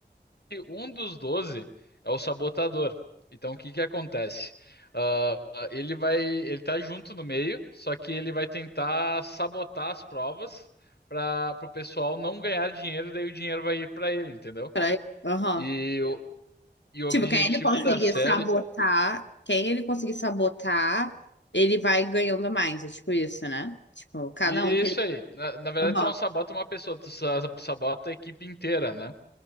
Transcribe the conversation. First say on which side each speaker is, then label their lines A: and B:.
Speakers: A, on the left; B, on the left.
A: que um dos 12 é o sabotador. Então, o que que acontece? Ah, ah, ele vai, ele tá junto no meio, só que ele vai tentar sabotar as provas para o pessoal não ganhar dinheiro, daí o dinheiro vai ir para ele, entendeu?
B: peraí. Aham.
A: E o, e o
B: Tipo,
A: objetivo
B: quem ele conseguir
A: da série.
B: sabotar, quem ele conseguir sabotar, ele vai ganhando mais. É tipo isso, né? Tipo, cada
A: E é
B: um que
A: isso
B: ele.
A: aí. Na, na verdade,
B: Aham,
A: tu não sabota uma pessoa, tu sa- sabota a equipe inteira, né?